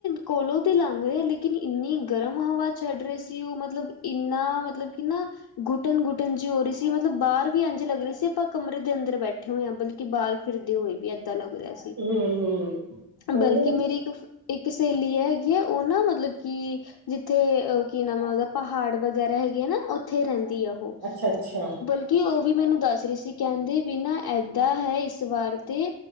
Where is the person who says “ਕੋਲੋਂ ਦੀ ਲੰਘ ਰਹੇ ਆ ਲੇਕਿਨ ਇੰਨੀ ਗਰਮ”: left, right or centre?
Left